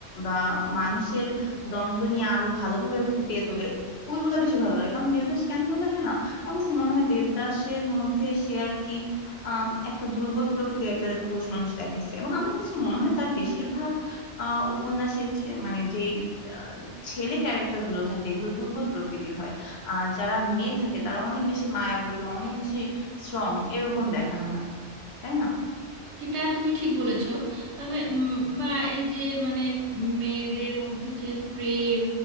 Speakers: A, on the left (about 65°); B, on the right (about 75°).
A: বা মানুষের দ্বন্দ্ব নিয়ে আরো ভালোভাবে ফুটিয়ে তোলে ওইগুলো বেশি ভালো লাগে কারণ দেবদাস কেন ভালো লাগে না আমার কাছে মনে হয় দেবদাসের মধ্যে সে আর কি আম, একটা দুর্বল প্রকৃতির একটা পুরুষ মানুষ দেখাইছে এবং আমার কাছে মনে হয় তার বেশিরভাগ আহ উপন্যাসে ছে- মানে যেই আহ, ছেলে ক্যারেক্টার গুলো থাকে এগুলো দুর্বল প্রকৃতির হয় আর যারা মেয়ে থাকে তারা অনেক বেশি মায়াবতী অনেক বেশি স্ট্রং এরকম দেখানো হয় তাই না
B: সেটা তুমি ঠিক বলেছো তবে উম, বা এই যে মানে মেয়েদের মধ্যে যে প্রেম